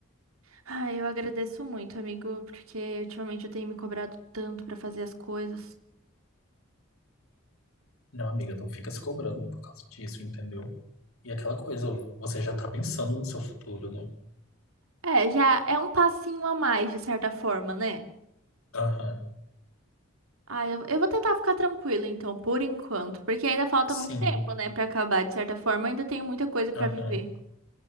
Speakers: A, on the right; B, on the left.
A: Ai, eu agradeço muito, amigo, porque ultimamente eu tenho me cobrado tanto pra fazer as coisas.
B: Não, amiga, não fica se cobrando por causa disso, entendeu? E aquela coisa, você já tá pensando no seu futuro, né?
A: É, já é um passinho a mais, de certa forma, né?
B: Aham,
A: Ah, eu, eu vou tentar ficar tranquila então, por enquanto, porque ainda falta
B: sim,
A: muito tempo, né, Pra acabar. De certa forma, eu ainda tenho muita coisa pra
B: aham.
A: viver.